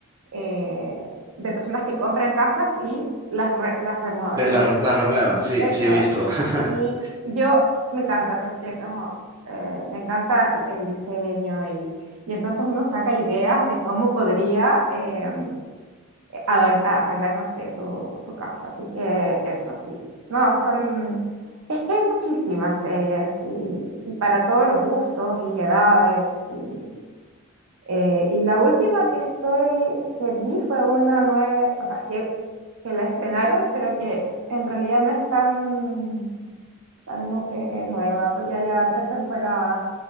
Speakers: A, on the right; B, on the right.
A: eh, de personas que compran casas y las, re- las remodel-
B: De la, re- la renuevan, sí,
A: Eso,
B: sí he visto. <laughs>
A: y yo me encanta porque como eh, me encanta el diseño y, y entonces uno saca ideas de cómo podría eh, a- a arreglar, no sé, tu, tu casa. Así que eso, sí. No, son... Es que hay muchísimas series y, y para todos los gustos y edades. Y, eh, y la última que estoy, que vi fue una nueva, o sea, que, que la estrenaron, pero que en realidad no es tan tan nu- eh, eh, nueva, porque ya lleva tres temporadas,